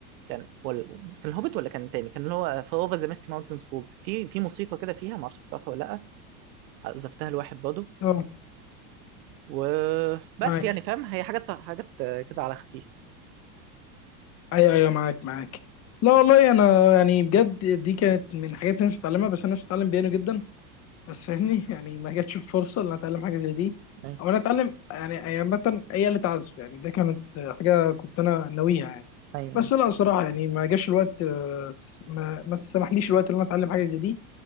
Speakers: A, on the right (about 85°); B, on the left (about 30°).
A: كان هو ال- كان الهوبت ولا كان تاني كان اللي هو فاوفر ذا ميستي ماونتن سكول في في موسيقى كده فيها معرفش تعرفها ولا لا عزفتها لواحد برضه
B: اه
A: وبس
B: معاك
A: يعني فاهم هي حاجات حاجات آه، كده على خفيف
B: ايوه ايوه معاك معاك لا والله انا يعني بجد دي كانت من الحاجات اللي نفسي اتعلمها بس انا نفسي اتعلم بيانو جدا بس فاهمني يعني ما جاتش الفرصه ان أنا اتعلم حاجه زي دي
A: ايوه
B: او انا اتعلم يعني عامه اي آلة عزف يعني ده كانت حاجه كنت انا ناويها يعني
A: ايوه
B: بس لا صراحه يعني ما جاش الوقت آه، س- ما ما سمحليش الوقت ان انا اتعلم حاجه زي دي